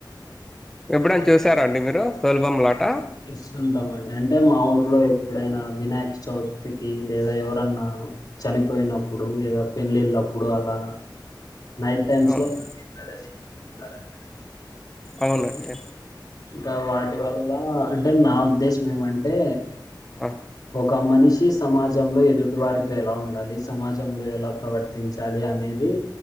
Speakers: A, in the centre; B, on the left.
A: ఎప్పుడైనా
B: అే
A: చూసారా అండి మీరు తోలుబొమ్మలాట
B: చూస్తుంటాము అండి అంటే మా ఊర్లో ఎప్పుడైనా వినాయక్ చవితికి లేదా ఎవరన్నా చనిపోయినప్పుడు లేదా పెళ్ళళ్ళప్పుడు అలా నైట్ టైమ్స్
A: అవును
B: లో ప్రదర్ సరే
A: అవునండి
B: ఇంకా వాటి వల్ల అంటే నా ఉద్దేశం ఏమంటే
A: ఆ
B: ఒక మనిషి సమాజంలో ఎదుటి వారితో ఎలా ఉండాలి సమాజంలో ఎలా ప్రవర్తించాలి అనేది